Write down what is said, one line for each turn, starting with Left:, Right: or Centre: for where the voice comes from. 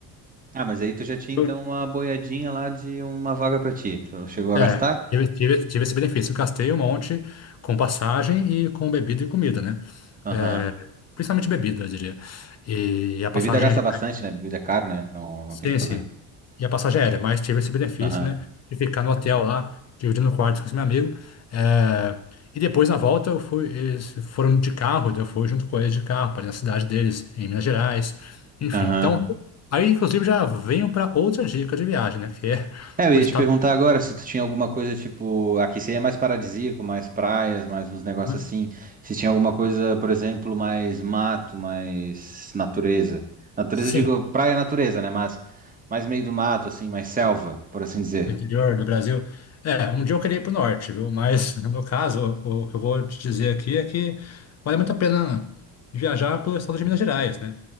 Right: Ah, mas aí tu já tinha então
Left: <laughs>
Right: uma boiadinha lá de uma vaga pra ti. Tu chegou a
Left: É,
Right: gastar?
Left: tive, tive, tive esse benefício. Eu gastei um monte com passagem e com bebida e comida, né?
Right: Aham.
Left: É, principalmente bebida, eu diria. E, a
Right: Bebida
Left: passagem.
Right: gasta
Left: ali-
Right: bastante, né? Bebida é caro, né? Não, não
Left: Sim,
Right: tem o que fazer.
Left: sim. E a passagem é aérea, mas tive esse benefício,
Right: Aham.
Left: né? De ficar no hotel lá, dividindo quartos com esse meu amigo. É, e depois, na volta, eu fui, eles foram de carro, daí eu fui junto com eles de carro para a cidade deles, em Minas Gerais. Enfim,
Right: Aham.
Left: então. Aí, inclusive, já venho para outra dica de viagem, né? Que é
Right: É, eu
Left: o
Right: ia
Left: estado.
Right: te perguntar agora se tu tinha alguma coisa tipo. Aqui seria mais paradisíaco, mais praias, mais uns negócios
Left: né?
Right: assim. Se tinha alguma coisa, por exemplo, mais mato, mais natureza. Natureza,
Left: Sim,
Right: eu digo praia é natureza, né? Mas mais meio do mato, assim, mais selva, por assim dizer.
Left: do interior do Brasil. É, um dia eu queria ir para o norte, viu? Mas <laughs> no meu caso, o, o que eu vou te dizer aqui é que vale muito a pena viajar pelo estado de Minas Gerais, né?